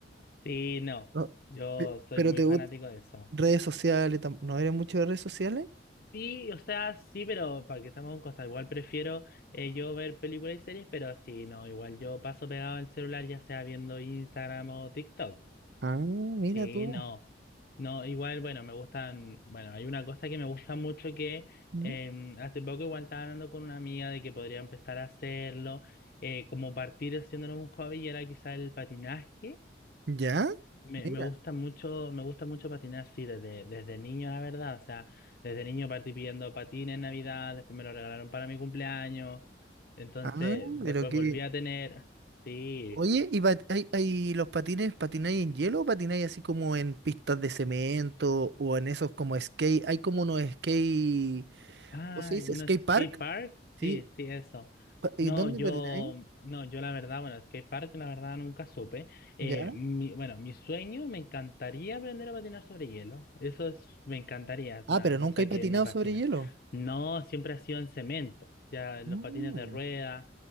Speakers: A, on the left (about 55°); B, on the right (about 70°).
A: Sí, no,
B: no,
A: yo
B: pe-
A: soy
B: Pero
A: muy
B: te
A: fanático
B: gustan
A: de eso.
B: redes sociales, tam- ¿no eres mucho de redes sociales?
A: Sí, o sea, sí, pero ¿para que estamos con cosas? Igual prefiero eh, yo ver películas y series, pero sí, no, igual yo paso pegado al celular, ya sea viendo Instagram o TikTok.
B: Ah, mira
A: Sí,
B: tú.
A: no. No, igual, bueno, me gustan, bueno, hay una cosa que me gusta mucho que
B: ¿Mm?
A: em, hace poco igual estaba hablando con una amiga de que podría empezar a hacerlo, eh, como partir haciéndolo un hobby y era quizá el patinaje.
B: ¿Ya?
A: Me,
B: Mira.
A: me gusta mucho, me gusta mucho patinar, sí, desde, desde niño, la verdad. O sea, desde niño partí pidiendo patines en Navidad, después me lo regalaron para mi cumpleaños. Entonces,
B: Ah,
A: después
B: pero qué,
A: volví a tener, sí.
B: Oye, ¿y pat- hay, hay los patines, patináis en hielo o patináis así como en pistas de cemento o en esos como skate? Hay como unos skate,
A: Ah,
B: ¿cómo se dice?
A: un
B: Skate
A: skate
B: park,
A: park,
B: ¿sí?
A: sí, sí, eso.
B: Pa- ¿Y
A: No,
B: dónde
A: yo,
B: patináis?
A: no, yo la verdad, bueno, skate park la verdad nunca supe. Eh,
B: ¿Ya?
A: mi- bueno, mi sueño, me encantaría aprender a patinar sobre hielo. Eso es, me encantaría, es
B: Ah,
A: una
B: pero nunca
A: cosa
B: he patinado
A: que me fascina.
B: sobre hielo.
A: No, siempre ha sido en cemento, ya en
B: Mm.
A: los patines de rueda,